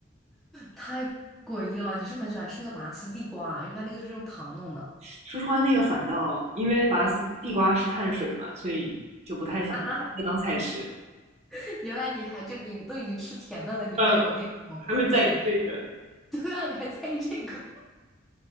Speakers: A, in the centre; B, on the right (about 35°).
A: 太诡异了！你是不是很喜欢吃那个拔丝地瓜啊？为来那个就是用糖弄的
B: <laughs> 说实话，那个反倒因为拔丝地瓜是碳水嘛，所以就不太想那当菜吃。
A: 啊！<laughs> 原来你还就你都已经吃甜的了，你还有那种美食
B: 嗯，还会在意这个。
A: <laughs> 对啊，你还在意这个？